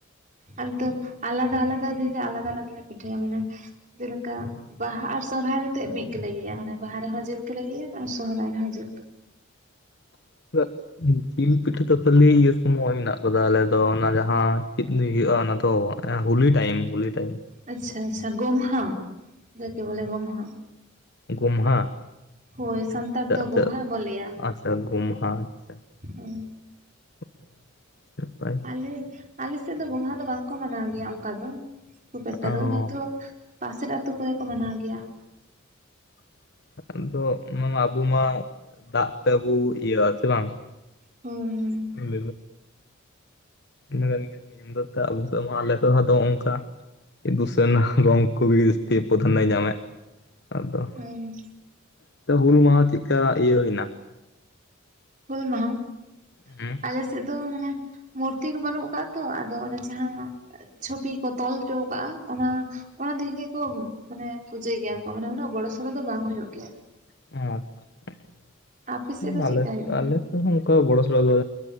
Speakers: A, on the right; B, on the left.
A: ᱟᱞᱮ ᱫᱚ ᱟᱞᱟᱫᱟ ᱟᱞᱟᱫᱟ ᱫᱤᱱ ᱨᱮ ᱟᱞᱟᱫᱟ ᱟᱞᱟᱫᱟ ᱜᱮᱞᱮ ᱯᱤᱴᱷᱟᱹᱭᱟ ᱢᱟᱱᱮ ᱡᱮᱞᱮᱠᱟ ᱵᱟᱦᱟ ᱟᱨ ᱥᱚᱦᱨᱟᱭ ᱨᱮᱛᱮᱫ ᱢᱤᱫ ᱜᱮᱞᱮ ᱤᱭᱟ. ᱭᱟ ᱢᱟᱱᱮ ᱵᱟᱦᱟ ᱨᱮᱦᱚᱸ ᱡᱤᱞ ᱜᱮᱞᱮ ᱤᱭᱟᱹᱭᱟ ᱟᱨ ᱥᱚᱨᱚᱨᱟᱭ ᱨᱮᱦᱚᱸ ᱡᱤᱞ ᱜᱮ᱾
B: <unintelligible> ᱡᱤᱞ ᱯᱤᱴᱷᱟᱹ ᱫᱚ ᱠᱷᱟᱹᱞᱤ ᱤᱭᱟᱹ ᱥᱚᱢᱚᱭ ᱢᱮᱱᱟᱜ ᱟᱠᱟᱫᱟ, ᱟᱞᱮ ᱫᱚ ᱚᱱᱟ ᱡᱟᱦᱟᱸ <unintelligible> ᱦᱩᱭᱩᱜᱼᱟ ᱚᱱᱟ ᱫᱚ ᱮᱸ ᱦᱩᱞᱤ ᱴᱟᱭᱤᱢ ᱦᱩᱞᱤ ᱴᱟᱭᱤᱢ᱾
A: ᱟᱪᱪᱷᱟ ᱟᱪᱪᱷᱟ ᱜᱚᱢᱦᱟ ᱡᱟᱠᱮ ᱵᱚᱞᱮ ᱜᱚᱢᱦᱟ᱾
B: ᱜᱚᱢᱦᱟ,
A: ᱦᱳᱭ ᱥᱟᱱᱛᱟᱲ
B: ᱟᱪᱪᱷᱟ
A: ᱫᱚ ᱜᱚᱢᱦᱟ ᱜᱮᱵᱚ ᱞᱟᱹᱭᱟ᱾
B: <unintelligible> ᱜᱚᱢᱦᱟ ᱟᱪᱪᱷᱟ᱾
A: ᱦᱩᱸ ᱾
B: <unintelligible> ᱥᱟᱨᱯᱨᱟᱭᱤᱡ
A: ᱞᱟᱹᱭᱟᱹᱧ ᱟᱞᱮ ᱥᱮᱫ ᱫᱚ ᱜᱚᱢᱦᱟ ᱫᱚ ᱵᱟᱝᱠᱚ ᱢᱟᱱᱟᱣ ᱜᱮᱭᱟ ᱚᱱᱠᱟ ᱫᱚ ᱠᱷᱩᱵ ᱮᱠᱴᱟ
B: ᱚ
A: ᱫᱚ ᱠᱤᱱᱛᱩ ᱯᱟᱥᱮᱨ ᱟᱹᱛᱩ ᱠᱚᱨᱮ ᱠᱚ ᱢᱟᱱᱟᱣ ᱜᱮᱭᱟ ᱾
B: <unintelligible> ᱟᱫᱚ ᱢᱟᱱᱮ ᱟᱵᱚ ᱢᱟ ᱫᱟᱜ ᱛᱮᱵᱚ ᱤᱭᱟᱹ-ᱟ ᱦᱮᱪᱮ ᱵᱟᱝ ᱾
A: ᱦᱳᱭ ᱦᱳᱭ ᱾
B: ᱤᱧ ᱤᱧ ᱞᱟᱹᱭ ᱮᱫᱟ <inaudible> <unintelligible> ᱟᱞᱮ ᱥᱮᱫ ᱢᱟ ᱟᱞᱮ ᱥᱮᱫ ᱦᱚᱸ ᱟᱫᱚ ᱱᱚᱝᱠᱟ ᱮᱠ ᱫᱩᱥᱨᱟ ᱱᱟ ᱨᱚᱝ ᱠᱚ ᱜᱤᱥ ᱛᱮ ᱯᱨᱚᱫᱷᱟᱱᱚᱭ ᱧᱟᱢᱮᱫ ᱟᱫᱚ, <inaudible>
A: ᱦᱳᱭ
B: ᱚᱱᱛᱮ ᱦᱩᱞ ᱢᱟᱦᱟ ᱪᱮᱫᱠᱟ ᱤᱭᱟᱹ ᱦᱩᱭ ᱮᱱᱟ?
A: ᱦᱩᱞ ᱢᱟᱦᱟ <inaudible>
B: ᱦᱮᱸ
A: ᱟᱞᱮ ᱥᱮᱫ ᱫᱚ ᱢᱟᱱᱮ ᱢᱩᱨᱛᱤ ᱠᱚ ᱵᱟᱹᱱᱩᱜ ᱟᱠᱟᱫ-ᱟ ᱛᱚ, ᱟᱫᱚ ᱚᱱᱮ ᱡᱟᱦᱟᱸ ᱪᱷᱚᱵᱤ ᱠᱚ ᱛᱚᱞ ᱦᱚᱪᱚ ᱟᱠᱟᱜᱼᱟ ᱚᱱᱟ ᱚᱱᱟ ᱫᱤᱠ ᱜᱮᱠᱚ ᱢᱟᱱᱮ ᱯᱩᱡᱟᱹᱭ ᱜᱮᱭᱟ ᱠᱚ ᱢᱟᱱᱮ ᱩᱱᱟᱹᱜ ᱵᱚᱲᱚ ᱥᱚᱲᱚ ᱫᱚ ᱵᱟᱝ ᱦᱩᱭᱩᱜ ᱜᱮᱭᱟ ᱾
B: <unintelligible>
A: ᱟᱯᱮ ᱥᱮᱫ ᱫᱚ
B: ᱟᱞᱮ
A: ᱪᱮᱫᱠᱟ ᱦᱩᱭᱩᱜ ᱜᱮᱭᱟ
B: ᱟᱞᱮ ᱥᱮᱫ ᱦᱚ ᱚᱱᱠᱟ ᱵᱚᱲᱚ ᱥᱚᱲᱚ ᱫᱚ